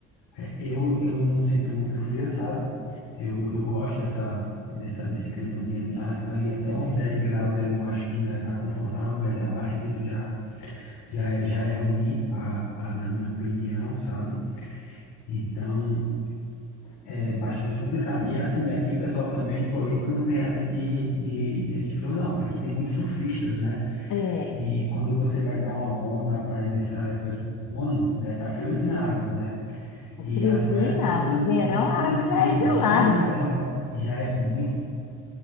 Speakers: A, on the left; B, on the left.
A: é, Eu, eu não sinto muito frio, sabe? Eu, eu gosto dessa, dessa, desse climazinho ali, ali ali até uns 10 graus eu acho que ainda está confortável, mas abaixo disso já, já, é, já é ruim, a, a, na minha opinião, sabe? Então é bastante complicado. E assim, aqui o pessoal também de Floripa não tem essa de, de, de sentir frio, não. E aqui tem muitos surfistas, né?
B: É,
A: E quando você vai dar uma volta na praia nessa época de outono, né? Tá friozinho a água, né?
B: no
A: E
B: friozinho
A: as praias do
B: não,
A: sul,
B: no verão
A: do sul
B: a água
A: aqui,
B: já é gelada.
A: já no verão, já, já é muito,